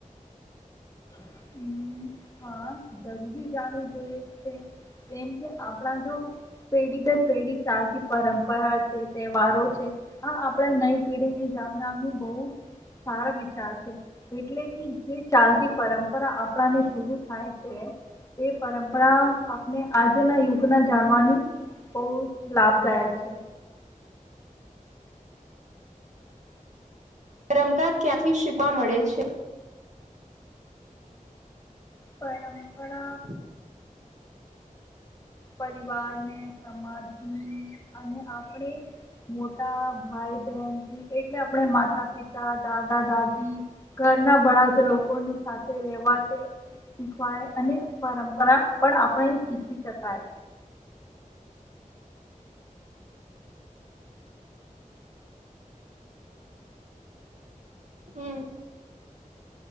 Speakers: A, on the left (about 20°); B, on the right (about 60°).
A: હ હા જરૂરી જાણવી જોઈએ છે કેમ કે આપણા જો પેઢી દર પેઢી ચાલતી પરંપરા છે તહેવારો છે આ આપણા નઈ પેઢી ને જાણનારનું બહુ સારા વિચાર છે એટલે કે જે ચાલતી પરંપ પરા આપ ને શર થાય છે એ પરંપરા આપણે આજના યુગ ના જાણવાની બહુ લાભદાયક છે.
B: પરંપરા ક્યાંથી શીખવા મળે છે.
A: પરંપરા.
B: હમ.
A: પરિવારને સમાજ અને આપણે મોટા ભાઈ બહેનથી એટલે આપણે માતા પિતા દાદા-દાદી ઘરના બળા જ લોકોની સાથે રહેેવા. શીખવાય અને પરંપરા. પણ આપણે શીખી શકાય.
B: હમ.